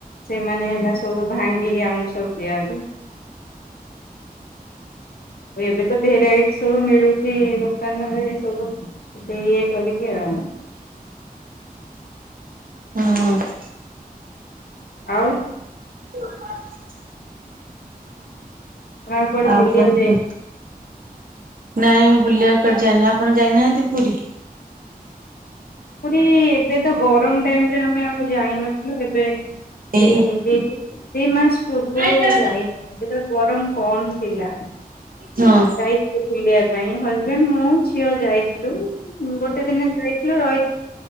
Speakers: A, on the left; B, on the right.
A: ସେମାନେ ହେଲା ସବୁ ଭାଙ୍ଗିକି ଆମକୁ ସବୁ ଦିଅନ୍ତି। ଏବେ ତ ଭେରାଇଟ୍ ସବୁ ମିଳୁଚି ଦୋକାନରେ ସବୁ। <unintelligible> କରିବି ଆଉ।
B: ହଁ ହଁ।
A: ଆଉ
B: <unintelligible>
A: ଆପଣ କୁଆଡେ
B: ଆଉ
A: ବୁଲିବାକୁ
B: କ କହୁ
A: ଯାଇ
B: ନାଇଁ ବୁଲିବା କୁଆଡେ ଯାଏନି ଆପଣ ଯାଇନାହାନ୍ତି ପୁରୀ?
A: ପୁରୀ ଏବେ ତ ଗରମ ଟାଇମରେ ଆମେ ଆଉ ଯାଇନଥିଲୁ ଏବେ।
B: ଏ
A: ଦ ଦି ଦି ମାସ ପୂର୍ବରୁ
B: ହଁ ହଁ
A: ଯାଇଥିଲେ। ଗରମ କମ ଥିଲା।
B: ହଁ।
A: ଯାଇ ଥିଲୁ ବୁଲିବା ପାଇଁ ହଜବେଣ୍ଡ ମୁଁ ଝିଅ ଯାଇଥିଲୁ ଗୋଟେ ଦିନ ଯାଇଥିଲୁ ର